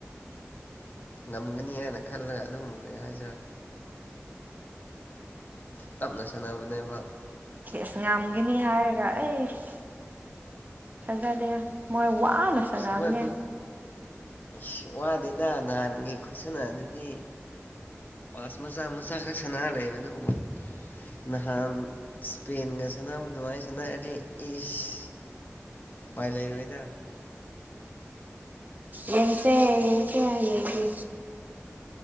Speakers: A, on the left; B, on the right.
A: ꯉꯝꯒꯅꯤ ꯍꯥꯏꯅ ꯈꯜꯂꯒ ꯑꯗꯨꯝ ꯀꯩ ꯍꯥꯏꯁꯤꯔꯥ ꯇꯞꯅ ꯁꯟꯅꯕꯅꯦꯕ
B: ꯁꯦꯁ ꯉꯝꯒꯤꯅꯤ ꯍꯥꯏꯔꯒ ꯑꯦꯁ ꯐꯖꯗꯦ ꯃꯣꯏ ꯋꯥꯅ ꯁꯅꯥꯕꯅꯦ
A: ꯃꯣꯏ ꯈꯨ ꯑꯁ ꯋꯥꯗꯦꯗ ꯅꯍꯥꯟꯒꯤ ꯈꯨꯠꯁꯥꯟꯅ ꯑꯗꯨꯗꯤ ꯄꯥꯁ ꯃꯆꯥ ꯃꯆꯥ ꯈꯛ ꯁꯥꯟꯅꯔ ꯂꯩꯕꯗꯨꯕꯨ ꯅꯍꯥꯟ ꯏꯁꯄꯦꯟꯒ ꯁꯥꯟꯅꯕ ꯑꯗꯨꯃꯥꯏꯅ ꯁꯥꯟꯅꯔꯗꯤ ꯏꯁ ꯎꯄꯥꯏ ꯂꯩꯔꯣꯏꯗ
B: ꯌꯦꯟꯁꯦ ꯌꯦꯡꯁꯦ ꯍꯌꯦꯡꯗꯤ